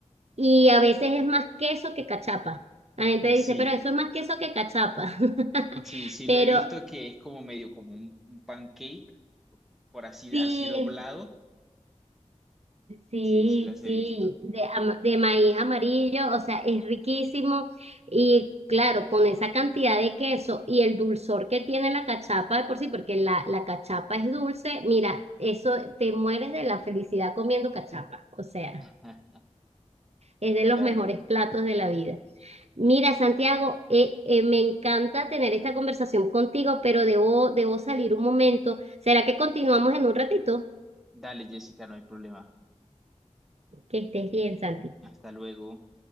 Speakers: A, on the right (about 60°); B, in the centre.
A: Y a veces es más queso que cachapa. La gente dice,
B: sí,
A: pero eso es más queso que cachapa. <laughs>
B: sí, sí
A: Pero
B: lo he visto que es como medio como un, un pancake, por así,
A: sí.
B: así doblado,
A: Sí,
B: sí, sí las he
A: sí,
B: visto.
A: de, ama- de maíz amarillo, o sea, es riquísimo y claro, con esa cantidad de queso y el dulzor que tiene la cachapa de por sí, porque la, la cachapa es dulce, mira, eso te mueres de la felicidad comiendo cachapa, o sea,
B: <laughs>
A: es de los
B: Dale,
A: mejores platos de la vida. Mira, Santiago, eh, eh, me encanta tener esta conversación contigo, pero debo, debo salir un momento. ¿Será que continuamos en un ratito?
B: dale, Jessica, no hay problema.
A: Que estés bien, Santi.
B: Hasta luego.